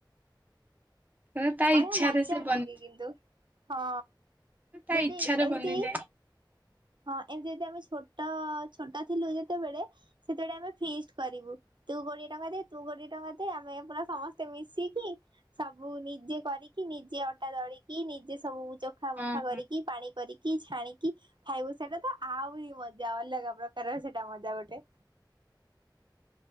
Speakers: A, on the right (about 20°); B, on the right (about 70°).
A: ହଁ ତା
B: ବଢିଆ
A: ଇଚ୍ଛାରେ
B: ମଜା
A: ସେ ବନି
B: ଲାଗେ କିନ୍ତୁ ହଁ
A: ହଁ ତା
B: ଯଦି
A: ଇଚ୍ଛାରେ
B: ଏମିତି
A: ବନିଯାଏ ହଁ
B: ହଁ ଏମିତି ଯଦି ଆମେ ଛୋଟ ଛୋଟ ଥିଲୁ ଯେତେବେଳେ ସେତେବେଳେ ଆମେ ଫିଷ୍ଟ କରିବୁ ତୁ କୋଡିଏ ଟଙ୍କା ଦେ ତୁ କୋଡିଏ ଟଙ୍କା ଦେ ଆମେ ପୁରା ସମସ୍ତେ ମିଶିକି ସବୁ ନିଜେ କରିକି ନିଜେ ଅଟା ଦଳିକି ନିଜେ ସବୁ। ଚୋଖା ମଖା
A: ହଁ।
B: କରିକି ପାଣି କରିକି ଛାଣିକି ଖାଇବୁ ସେଟା ତ ଆହୁରି ମଜା ଅଲଗା ପ୍ରକାରର ସେଟା ମଜା ଗୋଟେ।